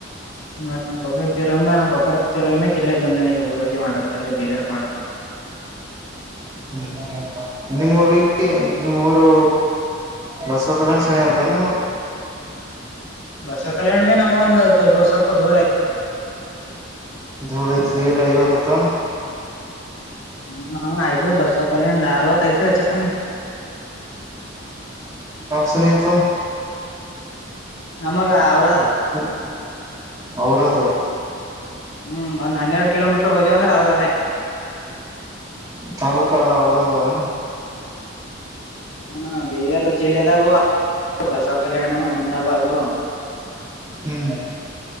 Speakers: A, on the left; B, on the right.
A: ಮತ್ ನಮ್ ಪಪ್ಪ ತಿರ್ ನಮ್ಮ ಪಪ್ಪರ್ ತಿರ್ ಹೋದ್ಮ್ಯಾಕ್ ಇಲ್ಲಿಗ್ ಬಂದನ್ ಇವಾಗ್ ಊರಾಗೆ ಮಾಡತ್ತ ಅಲ್ಲೇ ಬೀದರ್ಗ್ ಮಾಡ <inaudible>
B: ಹ್ಮ್ ಹ್ಮ್ ನಿಮ್ಮೂರುಗೆ ನಿಮ್ಮೂರು ಬಸವಕಲ್ಯಾಣ ಸಮೀಪ ಆತ ನಿಮ
A: ಬಸವ ಕಲ್ಯಾಣ್ ಭೀ ನಮ್ಗೊಂದು ಸ್ ಸ್ವಲ್ಪ ದೂರ ಆಯ್ತನ.
B: ದೂರ ಇತ್ತ್ ಎಟ್ ಐವತ್ತತ
A: ಹ್ಮ್ ಹಾ ಐದೋ ಬಸಕ್ ಕಲ್ಯಾಣಾರ್ವತ್ ಆಯ್ತ ಹೆಚ್ಚು ಕಮ್ಮಿ.
B: ಸನಿಹಾತ
A: ನಮಗ ಅವ್ರದ್
B: ಹ್ಮ್ ಔರದ್
A: ಹ್ಮ್ ಒಂದ್ ಹನ್ನೆರಡು ಕಿಲೋಮೀಟ್ರ ಹೋದೇವಂದ್ರ್ ಅವ್ರದೇ.
B: ತಾಲೂಕದ ಔರಾದ ಏನು.
A: ಹಾ ಬೀದರ್ ಜಿಲ್ಲೆದಾಗೂ ಆ ಬಸವ ಕಲ್ಯಾಣ ಹುಮ್ನಾಬಾದು.
B: ಹ್ಮ್